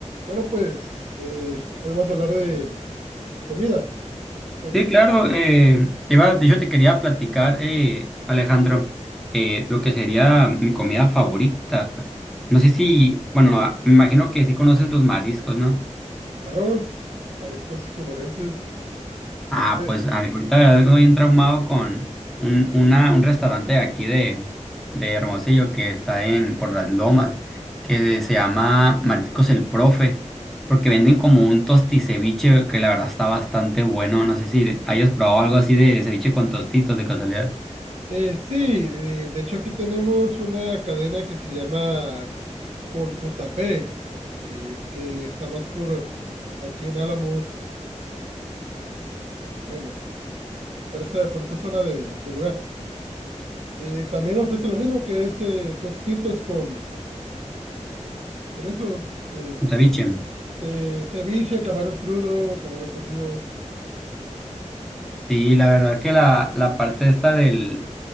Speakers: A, on the right (about 60°); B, in the centre.
A: Bueno, pues eh, hoy vamos a hablar de comida. Entonces,
B: Sí, claro, eh, iba, de hecho te quería platicar, eh, Alejandro, eh, lo que sería mi comida favorita. No sé si, bueno, ah, me imagino que sí conoces los mariscos, ¿no?
A: claro, mariscos sonorenses.
B: Ah,
A: Eh,
B: pues a- ahorita la verdad que estoy bien traumado con un, una, un restaurante de aquí de, de Hermosillo que está en por las Lomas, que se llama Mariscos el Profe, porque venden como un tosticeviche que la verdad está bastante bueno. No sé si hayas probado algo así de ceviche con tostitos de casualidad.
A: eh, sí, eh, de hecho aquí tenemos una cadena que se llama Con JP, eh, que está más por aquí en Álamos, bueno, por esa, por esa zona de, del lugar. Eh, también ofrece lo mismo que es eh, tostitos con, con eso, eh,
B: Ceviche.
A: mm, ce- ceviche, camarón crudo, camarón cocido.
B: Sí, la verdad que la, la parte esta del,